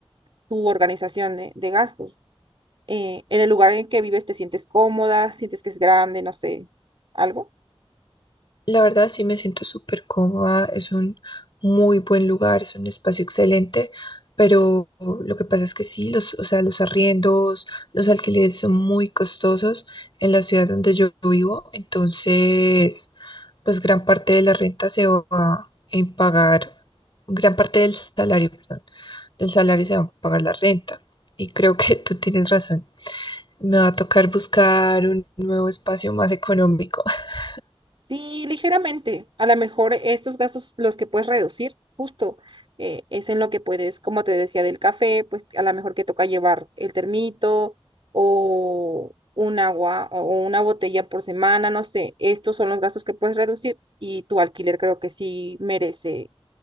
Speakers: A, on the right; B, on the left.
A: tu organización de, de gastos. Eh, en el lugar en el que vives, ¿te sientes cómoda? ¿Sientes que es grande? No sé, algo.
B: La verdad sí me siento súper cómoda, es un muy buen lugar, es un espacio excelente, pero lo que pasa es que sí, los, o sea, los arriendos, los alquileres son muy costosos en la ciudad donde yo vivo, entonces pues gran parte de la renta se va en pagar, gran parte del salario, perdón, del salario se va a pagar la renta y creo que tú tienes razón. Me va a tocar buscar un nuevo espacio más económico. <laughs>
A: Sí, ligeramente. A lo mejor estos gastos los que puedes reducir, justo, eh, es en lo que puedes, como te decía, del café, pues a lo mejor que toca llevar el termito o un agua o una botella por semana, no sé. Estos son los gastos que puedes reducir y tu alquiler creo que sí merece